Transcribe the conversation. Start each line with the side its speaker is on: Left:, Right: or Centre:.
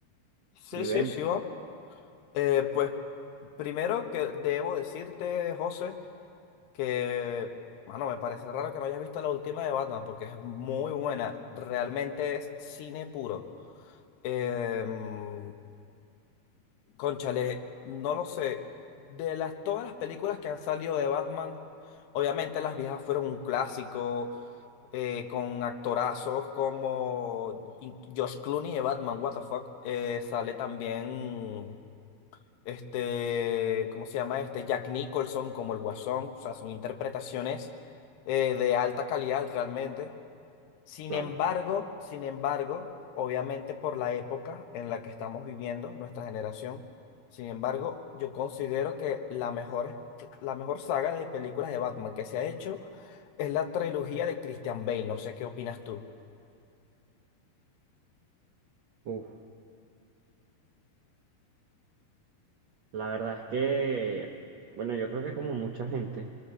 Left: Sí,
Right: y
Left: sí,
Right: vemos,
Left: sí, va. Eh, pues primero que debo decirte, José, que, mano, me parece raro que no hayas visto la última de Batman porque es muy buena. Realmente es cine puro. Em, Conchale, no lo sé. De las, todas las películas que han salido de Batman, obviamente las viejas fueron un clásico, eh, con actorazos como in- Josh Clooney de Batman, what the fuck. Eh, sale también, este, ¿cómo se llama este? Jack Nicholson como el Guasón. O sea, son interpretaciones eh, de alta calidad realmente. Sin
Right: claro.
Left: embargo, sin embargo, obviamente por la época en la que estamos viviendo, nuestra generación, sin embargo, yo considero que la mejor, la mejor saga de películas de Batman que se ha hecho es la trilogía de Christian Bale. No sé qué opinas tú.
Right: Uf, la verdad es que, bueno, yo creo que como mucha gente,